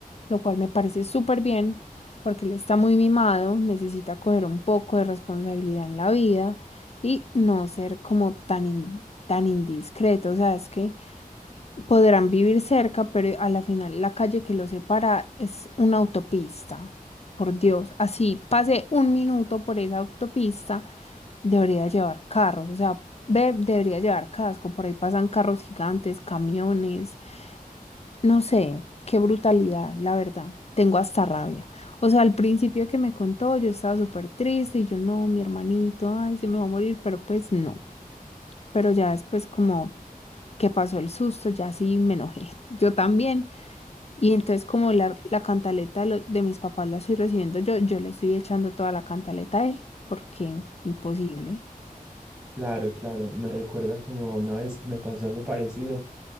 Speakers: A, on the left; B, on the right.
A: lo cual me parece súper bien porque él está muy mimado, necesita coger un poco de responsabilidad en la vida y no ser como tan, in- tan indiscreto. O sea, es que podrán vivir cerca, pero a la final la calle que los separa es una autopista. Por Dios, así pase un minuto por esa autopista, debería llevar carros, o sea, ve, debería llevar casco, por ahí pasan carros gigantes, camiones, no sé, qué brutalidad, la verdad. Tengo hasta rabia. O sea, al principio que me contó, yo estaba súper triste y yo no, mi hermanito, ay, se me va a morir, pero pues no. Pero ya después como que pasó el susto, ya sí me enojé. <laughs> Yo también. Y entonces como la, la cantaleta de, lo- de mis papás la estoy recibiendo yo, yo le estoy echando toda la cantaleta a él, porque imposible.
B: Claro, claro, me recuerda como a una vez que me pasó algo parecido,